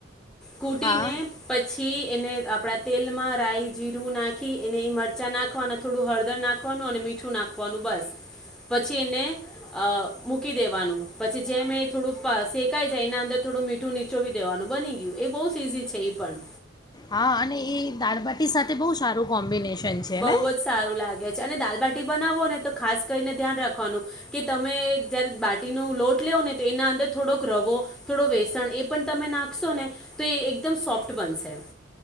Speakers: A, in the centre; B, on the left.
A: કૂટીને
B: હા
A: પછી એને આપણા તેલમાં રાય જીરું નાખી એને મરચાં નાખવા થોડું હળ દર નાખવાનું અને મીઠું નાખવાનું બસ પછી એને અ મૂકી દેવાનું પછી જેમ એ થોડું શેકાઈ જાય એના અંદર થોડું મીઠું નીચોવી દેવાનું બની ગયું એ બોજ ઈઝી છે એ પણ.
B: હા અને એ દાળબાટી સાથે બહુ સારું કોમ્બિનેશન છે
A: બહુ
B: ને
A: જ સારું લાગે છે અને દાલબાટી બનાવો ને તો ખાસ કરીને ધ્યાન રાખવાનું કે તમે જ્યારે બાટીનો લોટ લેવ ને તો એના અંદર થોડોક રવો થોડો વેસણ એ પણ તમે નાખશો ને તો એ એકદમ સોફ્ટ બનશે.